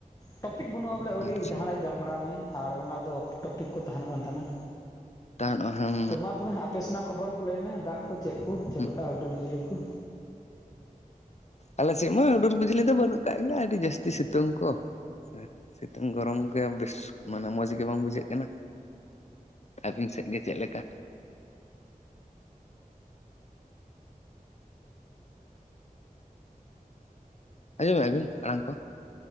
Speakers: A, on the left; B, on the left.
A: ᱴᱚᱯᱤᱠ ᱵᱟᱹᱱᱩᱜᱼᱟ ᱵᱚᱞᱮ ᱟᱹᱣᱲᱤ
B: ᱟᱪᱪᱷᱟ
A: ᱜᱮ ᱡᱟᱦᱟᱱᱟᱜ ᱜᱟᱞᱢᱟᱨᱟᱣ ᱢᱮ ᱟᱨ ᱚᱱᱟ ᱨᱮᱫᱚ ᱚᱯ ᱴᱚᱯᱤᱠ ᱠᱚ ᱛᱟᱦᱮᱱᱚᱜ ᱠᱟᱱ ᱛᱟᱦᱮᱱᱟ
B: ᱛᱟᱦᱚᱞᱮ ᱦᱩᱸ
A: ᱛᱚ ᱢᱟ ᱛᱚᱵᱮ ᱟᱯᱮ ᱥᱮᱱᱟᱜ ᱠᱷᱚᱵᱚᱨ ᱠᱚ ᱞᱟᱹᱭ ᱢᱮ ᱫᱟᱜ ᱠᱚ ᱪᱮᱫ ᱠᱚ ᱪᱮᱫ
B: ᱦᱩᱸ
A: ᱞᱮᱠᱟ ᱦᱩᱰᱩᱨ ᱵᱤᱡᱽᱞᱤ <unintelligible>
B: ᱟᱞᱮ ᱥᱮᱫ ᱢᱟ ᱦᱩᱰᱩᱨ ᱵᱤᱡᱽᱞᱤ ᱫᱚ ᱵᱟᱹᱱᱩᱜ ᱠᱟᱜ ᱜᱮᱭᱟ ᱟᱹᱰᱤ ᱡᱟᱹᱥᱛᱤ ᱥᱤᱛ ᱥᱤᱛᱩᱝ ᱠᱚ ᱥᱤᱛᱩᱝ ᱜᱚᱨᱚᱢ ᱜᱮ ᱵᱮᱥ ᱢᱟᱱᱮ ᱢᱚᱸᱡᱽ ᱜᱮ ᱵᱟᱝ ᱵᱩᱡᱷᱟᱹᱜ ᱠᱟᱱᱟ ᱟᱹᱵᱤᱱ ᱥᱮᱫ ᱜᱮ ᱪᱮᱫ ᱞᱮᱠᱟ ᱟᱸᱡᱚᱢ ᱮᱫ ᱟᱹᱵᱤᱱ ᱟᱲᱟᱝ ᱠᱚ